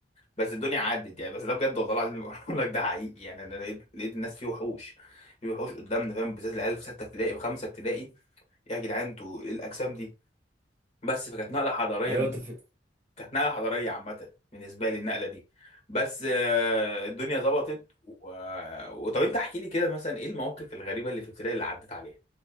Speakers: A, on the left (about 40°); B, on the right (about 15°).
A: بس الدنيا عدت يعني بس ده بجد والله العظيم اللي بقول لك ده حقيقي يعني أنا لقيت لقيت الناس فيه وحوش فيه وحوش قدامنا فاهم بالذات العيال في ستة ابتدائي وخمسة ابتدائي إيه يا جدعان أنتوا إيه الأجسام دي؟ بس فكانت نقلة حضارية
B: ايوه انت في...
A: كانت نقله حضاريه عامه بالنسبه لي النقله دي بس آه، الدنيا ظبطت و... آه، وطب انت احكي لي كده مثلا ايه المواقف الغريبه اللي في ابتدائي اللي عدت عليها